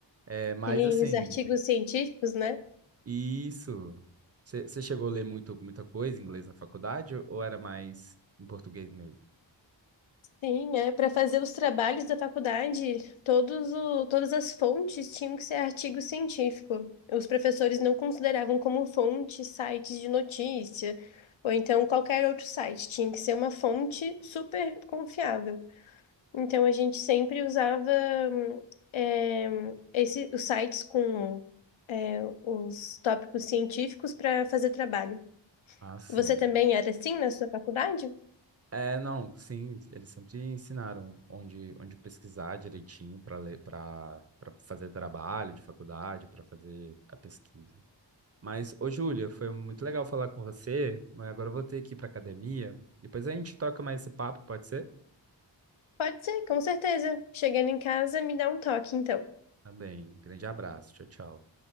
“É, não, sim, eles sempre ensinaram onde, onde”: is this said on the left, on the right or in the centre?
Right